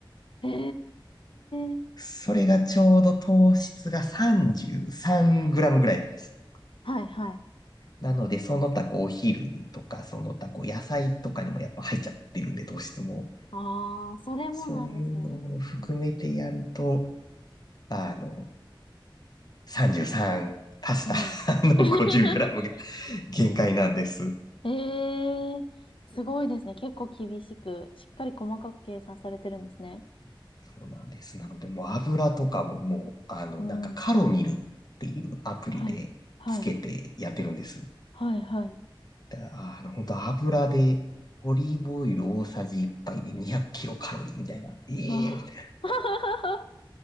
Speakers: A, on the left; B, on the left.
A: ええー、
B: それがちょうど糖質が 33g ぐらいです。
A: はい、はい。
B: なので、その他こう、お昼とか、その他こう、野菜とかにもやっぱ入っちゃってるんで、糖質も。
A: ああ、それもなんですね。
B: そういうのを含めてやると、
A: うん。
B: あの、33パスタの
A: うん <laughs>
B: 50g が限界なんです。
A: ええー、すごいですね。結構厳しく、しっかり細かく計算されてるんですね。
B: そうなんです。なので、もう油とかももう、あの、
A: うん
B: なんかカロミルっていうアプリでつけてやってるんです。
A: はい。はい。はい。はい。
B: だからあの、本当油で、オリーブオイル大さじ1杯で200キロカロリーみたいな。ええみたい
A: ああ。<laughs>